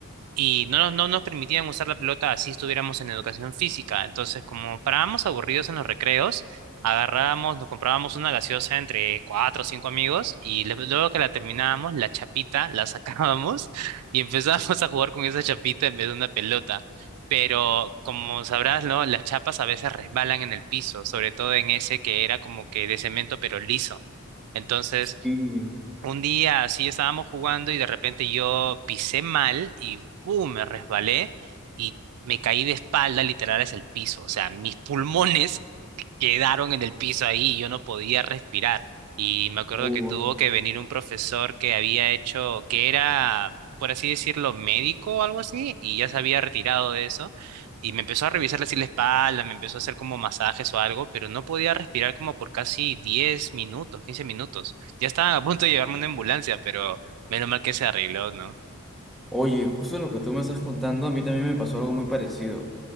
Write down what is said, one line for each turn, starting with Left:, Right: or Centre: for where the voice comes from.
Right: y no, nos- no nos permitían usar la pelota así estuviéramos en educación física. Entonces, como parábamos aburridos en los recreos, agarrábamos, nos comprábamos una gaseosa entre cuatro o cinco amigos y le- luego que la terminábamos, la chapita la sacábamos <laughs> y empezábamos a jugar con esa chapita en vez de una pelota. Pero como sabrás, ¿no? Las chapas a veces resbalan en el piso, sobre todo en ese que era como que de cemento pero liso. Entonces,
Centre: Sí.
Right: un día así estábamos jugando y de repente yo pisé mal y ¡pum! me resbalé y me caí de espalda literal hacia el piso. O sea, mis pulmones quedaron en el piso ahí y yo no podía respirar. Y me acuerdo
Centre: oh.
Right: que tuvo que venir un profesor que había hecho, que era, por así decirlo, médico o algo así, y ya se había retirado de eso. Y me empezó a revisar así la espalda, me empezó a hacer como masajes o algo, pero no podía respirar como por casi 10 minutos, 15 minutos. Ya estaban a punto de llevarme una ambulancia, pero menos mal que se arregló, ¿no?
Centre: Oye, justo lo que tú me estás contando, a mí también me pasó algo muy parecido.